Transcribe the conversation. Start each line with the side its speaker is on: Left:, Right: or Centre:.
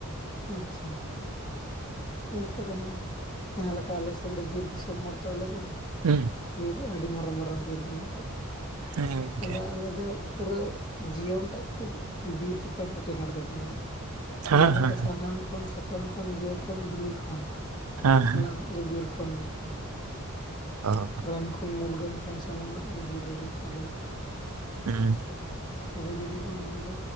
Left: ᱟᱪᱪᱷᱟ ᱮᱱᱛᱮ ᱨᱮᱦᱚᱸ ᱡᱟᱦᱟᱸ ᱞᱮᱠᱟ ᱟᱞᱮ ᱥᱮᱱ ᱫᱚ ᱵᱤᱨ ᱫᱤᱥᱚᱢ ᱦᱚᱲ ᱛᱚ ᱟᱞᱮ ᱫᱚ ᱾
Right: ᱦᱢ ᱾
Left: ᱵᱤᱨ ᱟᱹᱰᱤ ᱢᱟᱨᱟᱝ, ᱢᱟᱨᱟᱝ ᱵᱤᱨ ᱢᱮᱱᱟᱜ ᱟᱠᱟᱫ
Right: ᱦᱮᱸ ᱜᱚᱝᱠᱮ
Left: ᱛᱟᱞᱮᱭᱟ ᱟᱫᱚ ᱟᱞᱮ ᱫᱚ ᱯᱩᱨᱟᱹ ᱡᱤᱭᱚᱱ ᱴᱟᱜ ᱠᱤ ᱵᱤᱨ ᱪᱮᱛᱟᱱ ᱨᱮ ᱴᱮᱸᱦᱟᱴ ᱠᱟᱛᱮ ᱢᱮᱱᱟᱜᱼᱟ?
Right: ᱦᱮᱸ
Left: ᱡᱟᱦᱟᱸ ᱞᱮᱠᱟ
Right: ᱦᱮᱸ
Left: ᱥᱟᱦᱟᱱ ᱠᱷᱚᱱ, ᱥᱟᱠᱟᱢ ᱠᱷᱚᱱ ᱡᱚ ᱠᱷᱚᱱ ᱵᱤᱞᱤ ᱠᱷᱚᱱ
Right: ᱦᱮᱸ
Left: ᱥᱟᱱᱟᱢ
Right: ᱦᱮᱸ
Left: ᱜᱮ ᱵᱤᱨ ᱠᱷᱚᱱ ᱜᱮ
Right: ᱚ ᱾
Left: ᱨᱟᱱ ᱠᱷᱚᱱ ᱢᱩᱨᱜᱟᱹᱱ ᱠᱷᱚᱱ ᱥᱟᱱᱟᱢᱟᱜ ᱜᱮ ᱵᱤᱨ ᱨᱮᱜᱮ ᱟᱞᱮ
Right: ᱦᱢ ᱾
Left: ᱟᱵᱚ ᱡᱩᱫᱤ ᱵᱚᱱ ᱧᱮᱞᱟ